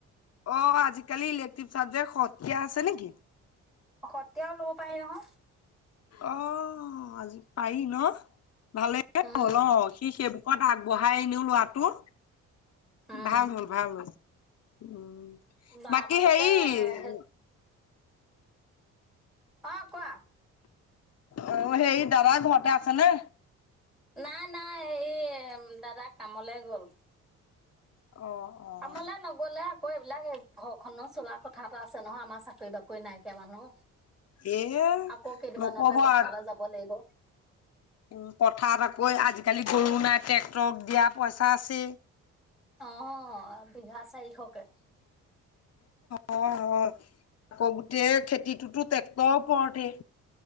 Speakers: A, on the left; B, in the centre.
A: অ, আজিকালি এলেক্টিভ চাবজেক সকীয়া আছে নেকি?
B: সত্ৰীয়াও ল'ব পাৰি নহয়।
A: অ' আজি পাৰি ন ভালে
B: উম
A: হ'ল অ সি সেইবোৰ কত আগবঢ়াই নিও লৰাটোক
B: উম
A: ভাল হল ভাল হল উম
B: বা
A: বাকী
B: বাছতে
A: হেৰি অ
B: হে অ', কোৱা।
A: অ', হেই দাদা ঘৰতে আছে নে?
B: নাই নাই হেৰি এ দাদা কামলে গ'ল।
A: অ', অ',
B: কামলে নগলে আকৌ এইবিলাক ঘৰখনৰো চলা কথা এটা আছে নহয়, আমাৰ চাকৰি বাকৰি নাইকিয়া মানুহ।
A: এ
B: আকৌ কেইদিনমানতে
A: নকব
B: পঠালে
A: আৰু
B: যাব লাগিব।
A: উম, পথাৰত আকৌ আজিকালি গৰু নাই ট্ৰেক্টৰক দিয়া পইচা আছেই।
B: অ', বিঘা চাৰিশকে।
A: হয় হয় আকৌ গোটেই খেতিটোতো ট্ৰেক্টৰ ওপৰতেই।